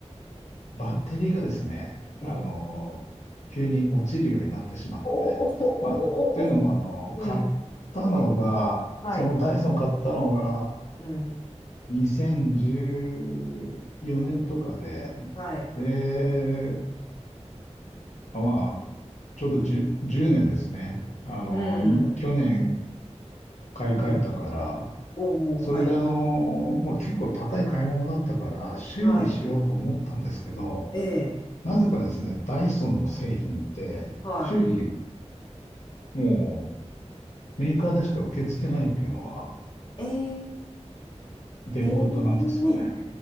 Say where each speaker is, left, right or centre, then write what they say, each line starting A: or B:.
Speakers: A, on the left; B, on the left.
A: バッテリーがですね、
B: うん、ええ、
A: あの、急に落ちるようになってしまって、
B: おお、おお
A: まあ、というのも、あの、
B: うん。
A: 買ったのが、
B: はい。
A: そのダイソン買ったのが
B: うん。
A: 2014年とかで、
B: はい。
A: で、あまあ、ちょうど10、1年ですね。あの、
B: うん。
A: に去年買い替えたから、
B: うん。おお、
A: それであの、
B: はい。
A: まあ、結構高い買い物だったから、修理しようと思ったんですけど、
B: はい。ええ、
A: なぜかですね、ダイソンの製品って修理
B: はい。
A: もうメーカーでしか受け付けないというのが
B: ええ、
A: デフォルトなんですよね。
B: ええ、